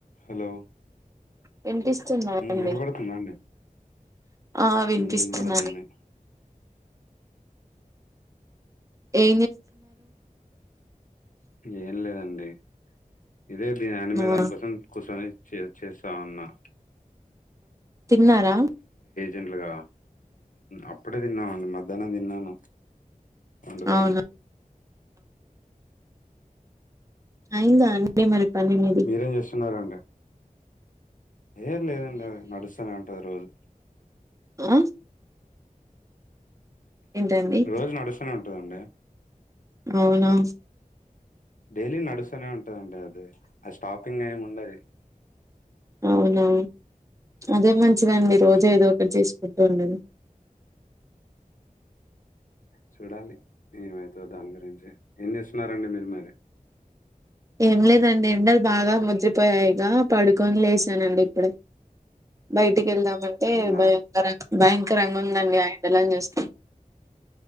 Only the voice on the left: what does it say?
Hello
వినపడుతుంద అండి
వినబడతుంది
ఏం లేదండి ఇదే దీని అనిమేదాని
కోసం కూర్చొని చే చేస్తా ఉన్నా
ెంలుగా అప్పుడే తిన్నాముండి మధ్యాహ్నం తిన్నాను వండుకని
మీరేం చేస్తున్నారండి ఏం లేదండి అది నడుస్తూనే ఉంటుది రోజు
రోజు నడుస్తూనే ఉంటుందండి
డైలీ నడుస్తూనే ఉంటదండి అది అది స్టాపింగ్ ఏమి ఉండదు
ఉమ్
చూడాలి ఏమైతు దాని గురించి ఎన్ని చేస్తున్నారంండి మీరు మరి
అవునా?